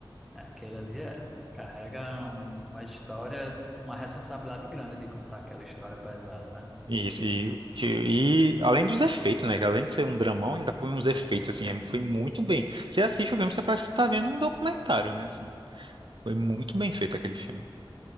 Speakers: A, in the centre; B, on the right.
A: é aquele ali, é, carrega um- uma história, uma responsabilidade grande de contar aquela história pesada, né?
B: E Isso, e, e e além dos efeitos, né, que além de ser um dramão, ainda põe uns efeitos, assim, é- foi muito bem. Você assiste o filme, você parece que está vendo um documentário, né, assim. Foi muito bem feito aquele filme.